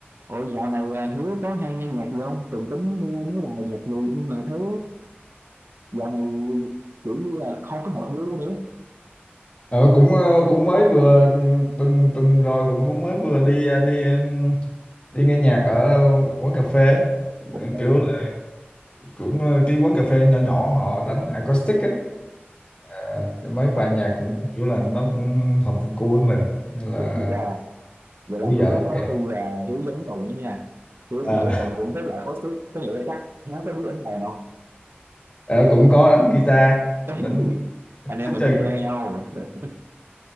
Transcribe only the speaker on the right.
Ôi dạo này à, Hiếu có hay nghe nhạc gì không? Tùng tính nghe mấy bài nhạc gì nhưng mà thấy dạo này kiểu như là không có hợp gu nữa.
Ủa
vậy
hả?
Hợp
gu gì ra? Vậy là
Hiếu
có
khi là Hiếu giống Tùng đó nha. Hiếu có
nghĩa là Tùng cũng rất là có sức, có nghĩa là chắc nó có biết đánh đàn không?
<laughs>
anh em
mình
đi chơi nhau. <laughs>